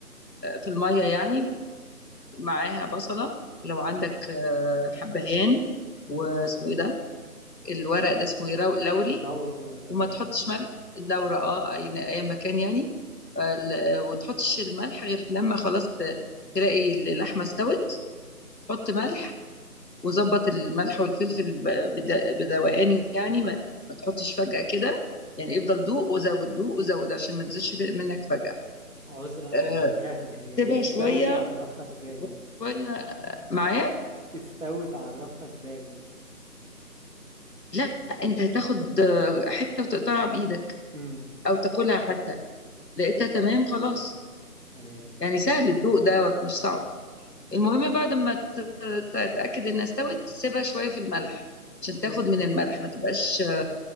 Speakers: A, on the left; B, on the right.
A: في الميه يعني معاها بصله لو عندك آه، حبهان
B: مم.
A: واسمه ايه ده الورق ده اسمه ايه رو- لوري
B: لورا ولا
A: وما
B: لوري
A: تحطش
B: أنا
A: ملح لورا اه اي اي مكان يعني آه، ال- وتحطش الملح غير لما خلاص ت- تلاقي اللحمه استوت حط ملح وظبط الملح والفلفل ب- بد- بدوقان يعني ما, ما تحطش فجأة كده يعني افضل دوق وزود دوق وزود عشان ما تزيدش منك فجأة
B: عذرا
A: آه،
B: على الجهل هي
A: تبقى
B: استوت
A: شوية
B: اعرفها ازاي
A: شوية معايا
B: استوت اعرفها ازاي
A: لأ، أنت هتاخد حتة وتقطعها بإيدك
B: امم
A: أو تاكلها حتى لقيتها
B: اوكي
A: تمام خلاص
B: تمام
A: يعني سهل الدوق دوت مش صعب المهم بعد ما ت- ت- تتأكد إنها استوت سيبها شوية في الملح عشان تاخد
B: مم.
A: من الملح ما تبقاش